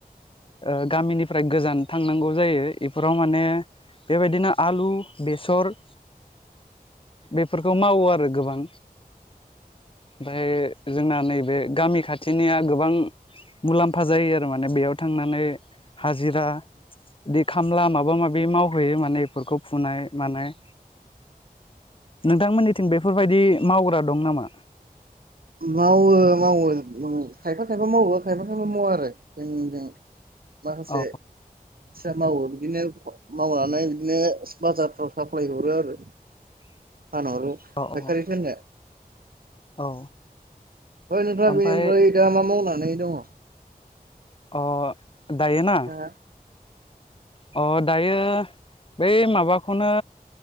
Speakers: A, on the left; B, on the right.
A: ओ गामिनिफ्राय गोजान थांनांगौ जायो। इफोराव माने बेबायदिनो आलु, बेसर बेफोरखौ मावो आरो गोबां ओमफ्राय जोंना नैबे गामि खाथिनिया गोबां मुलाम फा जायो आरो माने बेयाव थांनानै हाजिरा बिदि खामला माबा माबि माव हैयो माने बेफोरखौ फुनाय मानाय नोंथांमोननिथिं बेफोरबायदि मावग्रा दं नामा?
B: मावो मावो खायफा खायफा मावो खायफा खायफा मावा आरो जोंजों माखासे
A: औ
B: आसा मावो बिदिनो मावनानै बिदिनो बाजारफ्राव साप्लाय हरो आरो
A: <inaudible>
B: <inaudible>
A: औ औ औ
B: ओइ नोंथा
A: ओमफाय
B: बेनिफ्राय दा मा मावनानै दङ?
A: अ दायोना?
B: नोंथाङा
A: अ दायो बै माबाखौनो